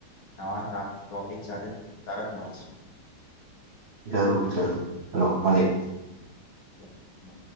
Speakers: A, on the left (about 60°); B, on the right (about 50°).
A: નવા તા ટોપિક સાથે તરત મળીશું.
B: જરૂર જરૂર હલો મલિયે.
A: જ મ